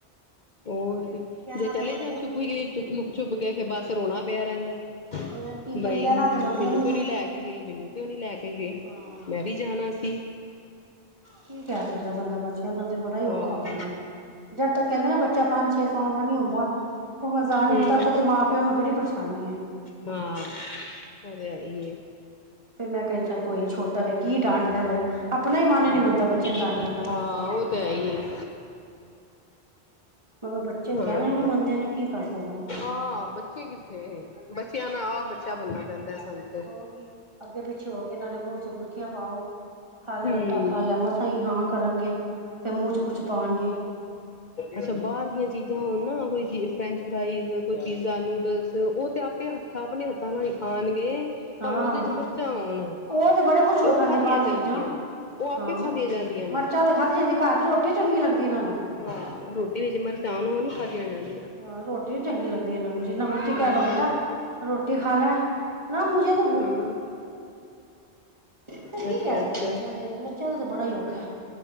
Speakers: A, on the left; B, on the right.
A: ਓਰ ਕੀ,
B: ਕਹਿਣਾ
A: ਜੇ ਚਲੇ
B: ਤੇ ਮੰਨਦੇ
A: ਜਾਣ ਛੁਪ
B: ਨੀ
A: ਵੀ <unintelligible> <unintelligible> ਲੁਕ-ਛੁਪਕੇ ਫਿਰ ਬੱਸ ਰੋਣਾ ਪਿਆ ਰਹਿੰਦੈ।
B: ਹੋਰ ਕੀ ਫੇਰ
A: ਬਈ,
B: ਕਹਿਣਾ ਤੇ ਮੰਨਦੇ
A: ਮੈਨੂੰ ਕਿਉ
B: ਹੈ
A: ਨੀ ਲੈਕ ਕੇ ਗਏ, ਮੈਨੂੰ ਕਿਉਂ ਨੀ ਲੈਕੇ ਗਏ,
B: ਹਾਂ
A: ਮੈਂ ਵੀ ਜਾਣਾ ਸੀ।
B: ਕੀ ਕਹਿ ਸਕਦਾ ਬੰਦਾ, ਬੱਚਿਆਂ ਦਾ ਤੇ ਬੜਾ ਈ
A: ਹਾਂ
B: ਔਖਾ ਹੋ ਜਾਂਦਾ। ਜਦ ਤੱਕ ਕਹਿੰਦੇ ਨਾ, ਬੱਚਾ ਪੰਜ-ਛੇ ਸਾਲ ਦਾ ਨੀ ਹੁੰਂਦਾ ਸਮਜ਼ਾ ਨਹੀਂ,
A: ਹਮ
B: ਉਦੋਂ ਤਕ ਤੇ ਮਾਂ-ਪਿਓ ਨੂੰ ਬੜੀ ਪਰੇਸ਼ਾਨੀ ਐ।
A: ਹਾਂ, ਓ ਤੇ ਹੈਈ ਏ।
B: ਫੇਰ ਮੈਂ ਕਹਿੰਨ ਚੱਲ ਕੋਈ ਨੀ, ਛੋਟਾ ਵੇ। ਕੀ ਡਾਂਟਣਾ ਬਾਅ'ਚ, ਅਪਣਾ ਈ ਮਨ
A: ਹਾਂ
B: ਨੀ ਮੰਨਦਾ ਬੱਚੇ ਨੂੰ ਡਾਂਟਣ ਦਾ।
A: ਹਾਂ ਉਹ ਤੇ ਹੈ ਹੀ ਹਾਂ
B: ਮਗਰ ਬੱਚੇ
A: ਹਾਂ
B: ਕਹਿਣਾ ਈ ਨੀ ਮੰਨਦੇ
A: ਹਾਂ
B: ਨੇ, ਕੀ ਕਰ ਸਕਦਾ ਬੰਦਾ।
A: ਆਹ ਬੱਚੇ ਕਿੱਥੇ ਹੇ, ਬੱਚਿਆਂ ਨਾਲ ਆਪ ਬੱਚਾ ਬਣਨਾ ਪੈਂਦਾ ਸਾਨੂੰ। ਤੇ
B: ਹੋਰ ਕੀ, ਅੱਗੇ-ਪਿੱਛੇ ਹੋਕੇ ਇਹਨਾਂ ਦੇ ਮੂੰਹ'ਚ ਬੁਰਕੀਆਂ ਪਾਓ ਖਾਲੈ
A: ਹਮ
B: ਬੇਟਾ, ਖਾਲੈ ਮਸ ਮਸਾ ਈ ਹਾਂ ਕਰਨਗੇ, ਫਿਰ ਮੂੰਹ'ਚ ਕੁੱਛ ਪਾਣਗੇ।
A: ਅੱਛਾ ਬਾਹਰ ਦੀਆਂ ਚੀਜ਼ਾਂ ਹੋਣ ਨਾ, ਕੋਈ ਚੀਜ਼ ਫਰੈਂਚ ਫਰਾਈਜ, ਕੋਈ ਪੀਜ਼ਾ, ਨੂਡਲਸ, ਉਹ ਤੇ ਆਪੇ ਏ ਹੱਥ ਆਪਣੇ ਹੱਥਾਂ ਨਾਲ ਈ ਖਾਣਗੇ,
B: ਹਾਂ
A: ਭਾਵੇਂ ਉਹਦੇ'ਚ ਮਰਚਾਂ ਹੋਣ।
B: ਉਹ ਤੇ ਬੜੇ ਖੁਸ਼ ਹੋਕੇ
A: ਉਹ
B: ਖਾਂਦੇ
A: ਖਾਧੀਆਂ
B: ਬਾਹਰ ਦੀਆਂ
A: ਜਾਂਦੀਆਂ
B: ਚੀਜ਼ਾਂ,
A: ਨੇ ਉਹ ਆਪੇ
B: ਹਾਂ,
A: ਖਾਧੀਆਂ ਜਾਂਦੀਆਂ ਨੇ
B: ਮਰਚਾਂ ਤੇ ਖਾਦੀ ਜਾਂਦੀ, ਘਰ ਦੀ ਰੋਟੀ ਨੀ ਚੰਗੀ ਲੱਗਦੀ ਇਹਨਾਂ ਨੂੰ।
A: ਹਾਂ, ਰੋਟੀ ਵਿੱਚ ਮਰਚਾਂ ਹੋਣ, ਉਹ ਨੀ ਖਾਦੀਆਂ ਜਾਂਦੀਆਂ।
B: ਹਾਂ ਰ੍ਹੋਟੀ ਨੀ ਚੰਗੀ ਲੱਗਦੀ ਇਹਨਾ ਨੂੰ, ਜਿਨ੍ਹਾਂ ਮਰਜੀ ਕਹਿਲੋ
A: ਆਹ
B: ਬੇਟਾ, ਰੋਟੀ ਖਾਲੈ ਨਾ ਮੁਝੇ <inaudible>
A: ਹਾਂ
B: ਤੇ ਕੀ
A: ਅੱਛਾ
B: ਕਹਿ ਸਕਦੇ
A: ਅੱਛਾ
B: ਆ‌ ਬੱਚਿਆਂ ਦੇ, ਬੱਚਿਆਂ ਦਾ ਤਾਂ ਬੜਾ ਈ ਔਖਾ।